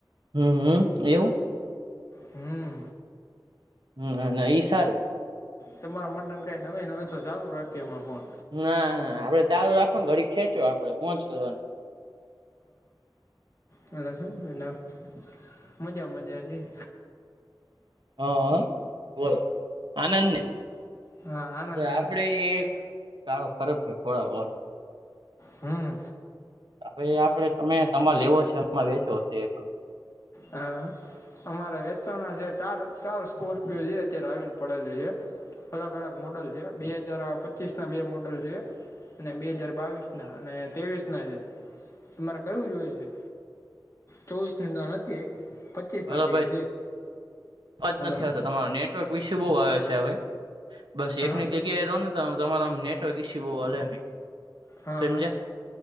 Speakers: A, on the right; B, on the left.
A: હમ હમ, એવું?
B: હમ.
A: હમ એ સારું.
B: તમારા મટન કઈ નવી ન હોય તો ચાલુ રાખીએ અ ફોન.
A: ના ના આપડે ચારું રાખવા ને ઘડી ખેંચો. કરવાનું.
B: શના, મજ્યા મજ્યાછી.
A: હા બોલો આણંદને.
B: હા આનંદ
A: તો
B: આનંદ
A: આપડે એક ગાળો ખરાબ છે થોડ
B: હમ.
A: હવે આપડે તમે તમારે લેવો છે હમણા વેચો છે એક.
B: હ અમારા વેચવાના છે ચાર ચાર સ્કોર્પિયો જે અત્યારે આવીને પડેલી છે. અલગ અલગ મોડલ છે, બે હજાર પચીસ ના બે મોડલ છે. અને બે હાજાર બાવીસ ના અને ત્રેવીસ ના છે, તમારે કયું જોય છે? ચોવીસ ની નથી પચીસ ના
A: હલો
B: બે
A: ભાઈ
B: છે,
A: અવાજ
B: હલો.
A: નથી આવતો તમારો નેટવર્ક ઈસુ બહુ આવે છે હવે બસ
B: હા
A: એક એક જગ્યાએ રોને. તમારા મ નેટવર્ક ઇસ્યૂ બો હલે નહી.
B: હા.
A: સમજ્યા